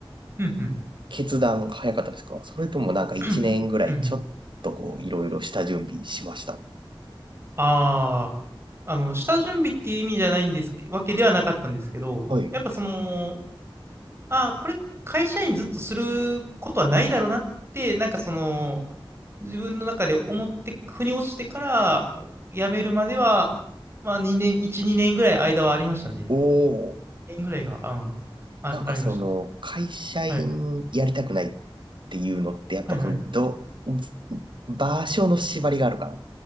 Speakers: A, on the right (about 25°); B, on the right (about 60°).
A: うんうん。
B: 決断早かったですかそれともなんか1年ぐらいちょっとこういろいろ下準備しました
A: <clears throat> うんうん。ああ、あの、下準備っていう意味じゃないんですけ、わけではなかったんですけど、
B: はい。
A: やっぱその、ああ、これ会社員ずっとすることはないだろうなって、なんかその、自分の中で思って、腑に落ちてから辞めるまでは、まあ2年、1、2年ぐらい間はありましたね。
B: おお。
A: 2年ぐらいが、あ、うん、あ、
B: なんかその、
A: ありました。
B: 会社員やりたくないっ
A: はい。
B: ていうのって、やっぱその、
A: はいはい。
B: ど、場所の縛りがあるからっ